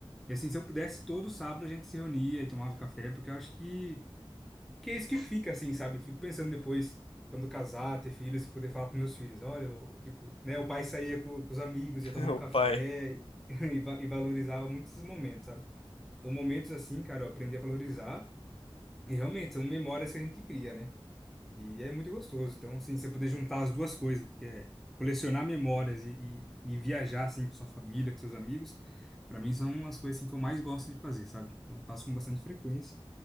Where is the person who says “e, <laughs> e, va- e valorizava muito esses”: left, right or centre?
Centre